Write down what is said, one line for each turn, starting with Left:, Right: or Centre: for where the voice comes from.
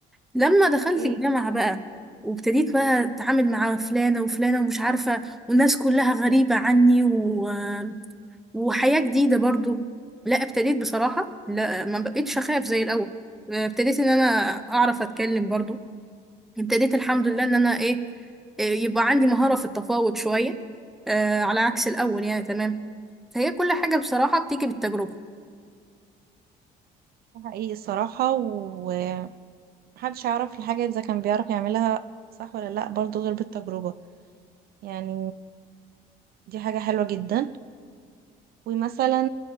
Centre: لما
Right: اوكي،
Centre: دخلت الجامعة بقى وابتديت بقى اتعامل مع فلانة وفلانة ومش عارفة والناس كلها غريبة عني و... وحياة جديدة برضو لا ابتديت بصراحة لا ما بقيتش اخاف زي الاول آه، ابتديت ان انا اعرف اتكلم برضو ابتديت الحمد لله ان انا ايه إيه، يبقى عندي مهارة في التفاوض شوية آه على عكس الاول يعني تمام فهي كل حاجة بصراحة بتيجي بالتجربة
Right: ده حقيقي الصراحة ومحدش يعرف الحاجة إذا كان بيعرف يعملها صح ولا لأ برضو غير بالتجربة يعني دي حاجة حلوة جدا ومثلا